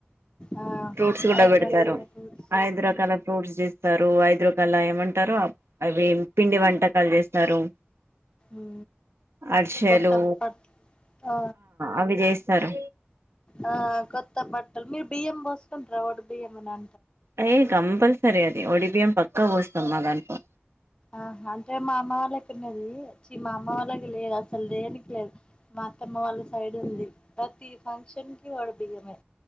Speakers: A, on the left (about 20°); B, on the right (about 80°).
A: ఆ
B: ఫ్రూట్స్ కూడా
A: ఐదు
B: పెడతారు
A: రకాల ఫ్రూట్స్
B: ఐదు
A: మ్మ్
B: రకాల ఫ్రూట్స్ చేస్తారు ఐదు రకాల ఏమంటారు అవి పిండి వంటకాలు చేస్తారు
A: ఉ
B: అరిసెలు
A: కొత్త ప ఆ
B: అవి చేస్తారు
A: ఆ కొత్త బట్టలు అసలు మీరు బియ్యం పోసుకుంటారా బియ్యం అలా
B: అయ్యి కంపల్సరీ అది ఒడి బియ్యం పక్కా పోస్తాం మా దాంట్లో
A: ఆ అంటే మా అమ్మ వాళ్ళు ఉన్నది చి మా అమ్మ వాళ్ళకి లేదు అసలు దేనికి లేదు మా మా అత్తమ్మ సైడ్ ఉంది ప్రతి ఫంక్షన్ కి ఒడిబియ్యమే